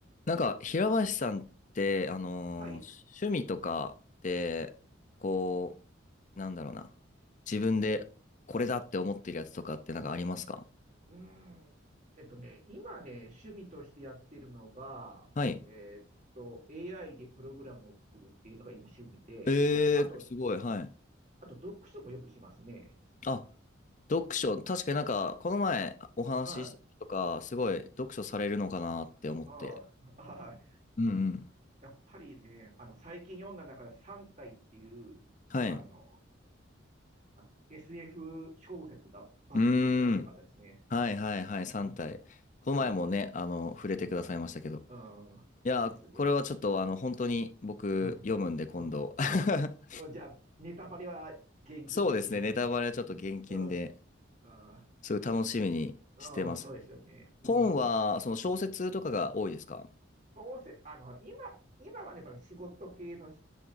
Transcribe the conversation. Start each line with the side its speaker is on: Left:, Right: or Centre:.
Left: なんか、平林さんって、あのー趣味とかって、
Right: はい。
Left: こう、なんだろうな。自分でこれだって思ってるやつとかってなんかありますか
Right: うん。うーん。えっとね、今ね、趣味としてやってるのが、
Left: はい。
Right: えーっと、AI でプログラムを作るっていうのが今趣味で、
Left: えー、
Right: あと、
Left: すごい、はい。
Right: あと読書もよくしますね。
Left: あ、読書、確かになんか、この前お話しした時とか、
Right: はい。
Left: すごい読書されるのかなって思って。
Right: ああ、はい。
Left: うんうん。
Right: やっぱりね、あの、最近読んだ中で三体っていう、
Left: はい。
Right: あの、
Left: う
Right: なんすか SF 小説が抜群に面白かったですね。
Left: ーん。はいはいはい、3体。
Right: うん。
Left: この前もね、
Right: うん。
Left: あの、触れてくださいましたけど。
Right: うん。うんですね
Left: いや、これはちょっとあの、本当に僕読むんで今度。
Right: うん。うん。
Left: <laughs>
Right: ああ。うんじゃあ、ネタバレは厳禁ですね。
Left: そうですね、ネタバレはちょっと厳禁で、
Right: うん。うん。あ
Left: すごい楽しみにしてます。
Right: あ、うんそうですよね。うん。
Left: 本は、その小説とかが多いですか
Right: そうせ、あの、今、今はね、やっぱり仕事系のし、